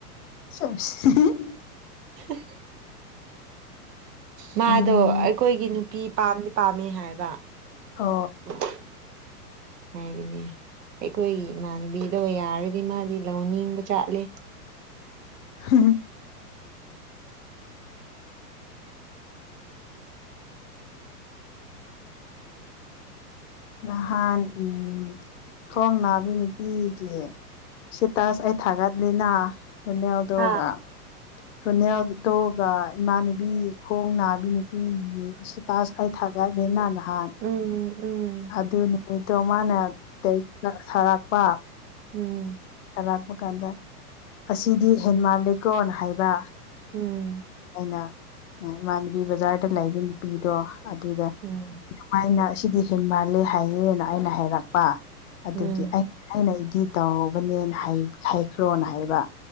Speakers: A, on the left (about 55°); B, on the right (about 85°).
A: ꯆꯦꯁ ꯍꯍ
B: ꯍ ꯃꯥꯗꯣ
A: ꯎꯝ
B: ꯑꯩꯈꯣꯏꯒꯤ ꯅꯨꯄꯤ ꯄꯥꯝꯗꯤ ꯄꯥꯝꯃꯦ ꯍꯥꯏꯕ
A: ꯍꯣ
B: <inaudible> ꯍꯥꯏꯕꯅꯦ ꯑꯩꯈꯣꯏꯒꯤ ꯏꯃꯥꯟꯅꯕꯤꯗꯣ ꯌꯥꯔꯗꯤ ꯃꯥꯗꯤ ꯂꯧ ꯅꯤꯡꯕ ꯖꯥꯠꯂꯦ
A: ꯍꯍꯝ ꯅꯍꯥꯟ ꯎꯝ ꯈꯣꯡ ꯅꯥꯕꯤ ꯅꯨꯄꯤꯒꯤ ꯁꯤꯇꯥꯁ ꯑꯩ ꯊꯥꯒꯠꯂꯤꯅ ꯍꯨꯅꯦꯜꯗꯨꯒꯥ
B: ꯍꯥ
A: ꯔꯨꯅꯦꯜꯇꯣꯒ ꯏꯃꯥꯟꯅꯕꯤ ꯈꯣꯡ ꯅꯥꯕꯤ ꯅꯨꯄꯤꯒꯦꯁꯨ ꯇꯥꯁ ꯑꯩ ꯊꯥꯒꯠꯂꯦꯅ ꯅꯍꯥꯟ
B: ꯎꯝ ꯎꯝ
A: ꯑꯗꯨ ꯅꯨꯃꯤꯠꯇꯣ ꯃꯥꯅ ꯇꯦꯛꯁꯇ ꯁꯥꯔꯛꯄ
B: ꯎꯝ
A: ꯂꯥꯛꯄ ꯀꯥꯟꯗ ꯑꯁꯤꯗꯤ ꯍꯦꯟꯃꯥꯟ ꯂꯦꯀꯣꯅ ꯍꯥꯏꯕ
B: ꯎꯝ
A: ꯑꯩꯅ ꯏꯃꯥꯟꯅꯕꯤ ꯕꯖꯥꯔꯗ ꯂꯩꯕ ꯅꯨꯄꯤꯗꯣ ꯑꯗꯨꯗ
B: ꯎꯝ
A: ꯃꯥꯏꯅ ꯁꯤꯗꯤ ꯍꯦꯟ ꯃꯥꯜꯂꯦ ꯍꯥꯏꯌꯦꯅ ꯑꯩꯅ ꯍꯥꯏꯔꯛꯄ ꯑꯗꯨꯒꯤ
B: ꯎꯝ
A: ꯑꯩ ꯑꯩꯅ ꯏꯗꯤ ꯇꯧꯔꯨꯕꯅꯦꯅ ꯍꯥꯏꯈ꯭ꯔꯣꯅ ꯍꯥꯏꯕ